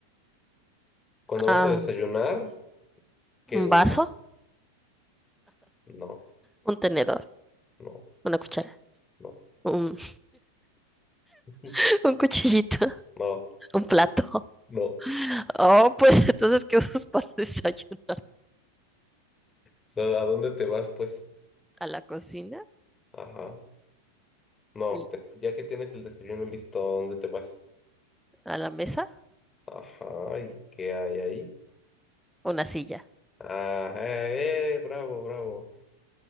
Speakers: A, on the left (about 15°); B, in the centre.
A: Cuando
B: Ah,
A: vas a desayunar, ¿qué
B: un
A: usas?
B: vaso,
A: No,
B: un tenedor,
A: no,
B: una cuchara.
A: no.
B: Un,
A: <laughs>
B: <laughs> un cuchillito,
A: No,
B: un plato.
A: no. O
B: Oh, pues <laughs> entonces, ¿qué usas para <laughs> desayunar?
A: sea, ¿a dónde te vas, pues?
B: ¿A la cocina?
A: Ajá. No,
B: ¿Y
A: te- ya que tienes el desayuno listo, ¿a dónde te vas?
B: ¿A la mesa?
A: Ajá, ¿y qué hay ahí?
B: Una silla.
A: Ah, eh, eh, bravo, bravo.